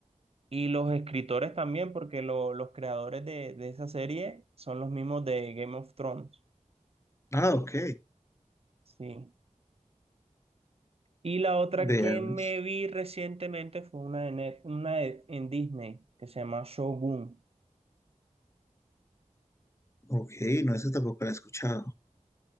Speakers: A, on the right (about 50°); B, on the left (about 20°).
A: y los escritores también, porque lo- los creadores de, de esa serie son los mismos de Game of Thrones.
B: Ah, ok.
A: Sí. Y la otra
B: Veamos.
A: que me vi recientemente fue una, de Net- una de- en Disney que se llama Shogun.
B: Ok, no, esa tampoco la he escuchado.